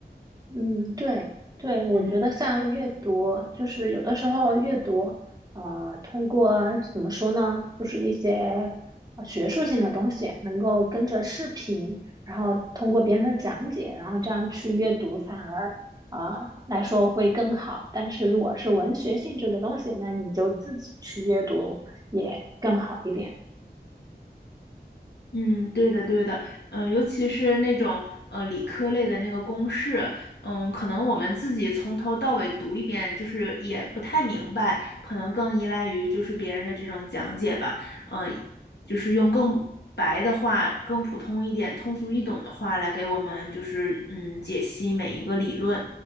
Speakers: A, on the right; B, on the left.
A: 嗯，对对，我觉得像阅读，
B: 嗯。
A: 就是有的时候阅读，呃，通过怎么说呢，就是一些呃学术性的东西，能够跟着视频，然后通过别人的讲解，然后这样去阅读，反而啊，来说会更好。但是如果是文学性质的东西，那你就自己去阅读也更好一点。
B: 嗯，对的，对的，嗯，尤其是那种呃理科类的那个公式，嗯，可能我们自己从头到尾读一遍，就是也不太明白，可能更依赖于就是别人的这种讲解吧，嗯，就是用更白的话、更普通一点、通俗易懂的话来给我们就是嗯解析每一个理论，